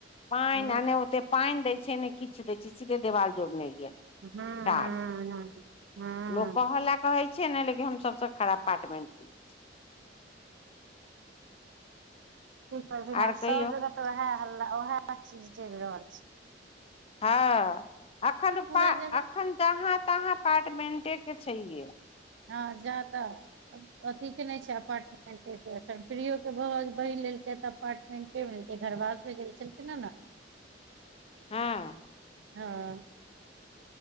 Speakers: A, on the left; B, on the right.
A: पइन
B: ह
A: आ नहि ओते पइन दैत छैय नहि किछ दैय छैय सीधे देवाल जोड़नै गेल
B: हँ ह
A: ठाठ
B: ह हँ
A: लोक कहऽ लए कहै छियै ने लेकिन हम सबसँ खराब पार्टमेन्ट
B: कि करथिन
A: आर
B: आब
A: कहियौ
B: सब जगह तऽ उएह हल्ला उएह चीज चलि रहल छैय
A: ह अखन त
B: पूरा
A: पा
B: जगह
A: अखन जहाँ तहाँ अपार्टमेंटेके छैयै
B: ह जहाँ तहाँ अथी के नहि छैय अपार्टमे <unintelligible> न फ्री भ बहिन लेलकै तऽ अपार्मेंटेमेै घरवासमे गेल छलखिन ह ने <inaudible>
A: हँ
B: ह